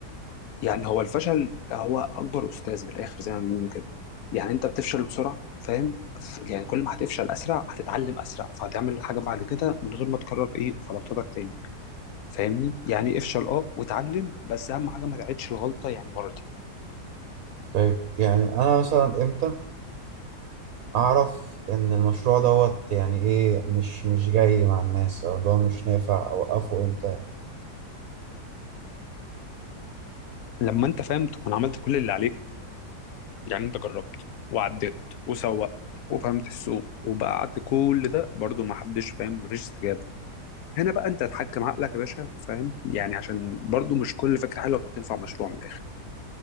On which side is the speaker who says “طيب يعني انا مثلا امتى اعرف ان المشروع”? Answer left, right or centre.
Right